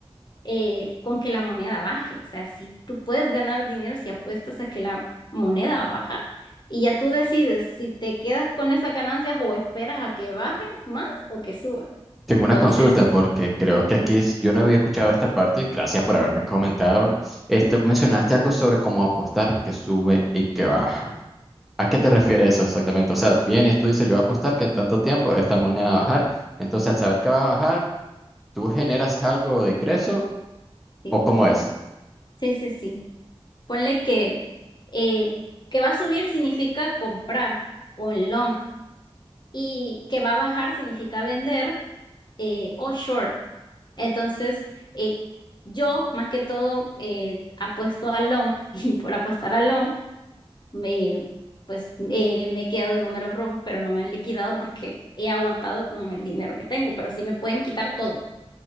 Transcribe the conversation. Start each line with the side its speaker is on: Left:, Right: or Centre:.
Left: eh, con que la moneda baje, o sea, si tú puedes ganar dinero si apuestas a que la moneda va a bajar. Y ya tú decides si te quedas con esas ganancias o esperas a que baje más o que suba.
Centre: Tengo
Left: Entonces,
Centre: una consulta porque creo que aquí es- yo no había escuchado esta parte. Gracias por haberme comentado. Este, mencionaste algo sobre cómo apostar que sube y que baja. ¿A qué
Left: ujú,
Centre: te refieres eso exactamente? O sea, vienes, tú dices, yo voy a apostar que en tanto tiempo esta moneda va a bajar. Entonces, al saber que va a bajar, ¿tú generas algo de ingreso
Left: sí,
Centre: o cómo es?
Left: sí, sí, sí. Ponle que eh, que va a subir significa comprar o en long y que va a bajar significa vender eh, o short. Entonces, eh, yo más que todo eh, apuesto a long <laughs> y por apostar a long, me, pues eh, me he quedado en números rojos, pero no me han liquidado porque he aguantado con el dinero que tengo, pero sí me pueden quitar todo,